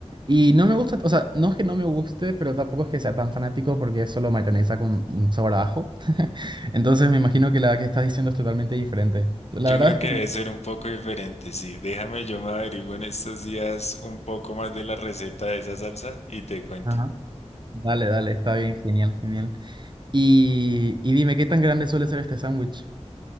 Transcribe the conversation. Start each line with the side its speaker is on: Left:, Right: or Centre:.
Right: Y no me gusta, o sea, no es que no me guste, pero tampoco es que sea tan fanático porque es solo mayonesa con un sabor a ajo. <laughs> Entonces me imagino que la que estás diciendo es totalmente diferente. La
Left: Yo
Right: verdad
Left: creo
Right: es
Left: que
Right: que...
Left: debe ser un poco diferente, sí. Déjame, yo me averiguo en estos días un poco más de la receta de esa salsa y te cuento.
Right: Ajá. Dale, dale, está bien, genial, genial. Y, y dime, ¿qué tan grande suele ser este sándwich?